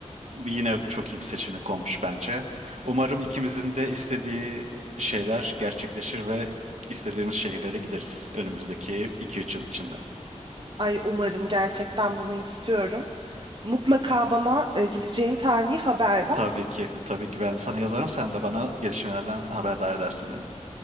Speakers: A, on the right (about 65°); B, on the right (about 40°).
A: Bu yine çok iyi bir seçenek olmuş bence. Umarım ikimizin de istediği şeyler gerçekleşir ve istediğimiz şehirlere gideriz önümüzdeki iki üç yıl içinde.
B: Ay umarım gerçekten bunu istiyorum. Mutlaka
A: Hı hı.
B: bana e, gideceğin tarihi haber ver.
A: Tabii ki, tabii ki ben sana yazarım. Sen de bana gelişmelerden haberdar edersin beni.